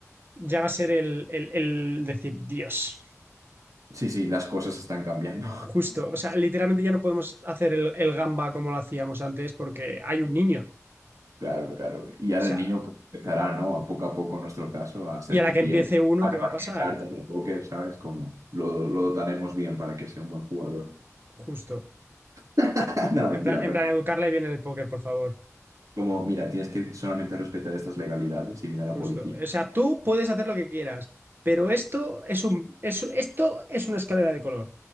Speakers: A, on the right; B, on the right.
A: ya va a ser el, el- el decir, Dios,
B: Sí, sí, las cosas están cambiando.
A: justo. O sea, literalmente ya no podemos hacer el, el gamba como lo hacíamos antes porque hay un niño. O
B: Claro, claro. Y ahora
A: sea,
B: el niño pues, empezará, ¿no? A poco a poco, en nuestro caso, a hacer
A: y a la
B: cupié,
A: que empiece uno,
B: a
A: ¿qué
B: repartir
A: va a pasar?
B: cartas de póker, ¿sabes? Como lo, lo dotaremos bien para que sea un buen jugador.
A: Justo.
B: <laughs> No,
A: En
B: mentira,
A: plan, en
B: pero
A: plan, educarla y bien en el póker, por favor.
B: como, mira, tienes que solamente respetar estas legalidades y viene
A: Justo.
B: la policía.
A: O sea, tú puedes hacer lo que quieras, pero esto es un, es- esto es una escalera de color.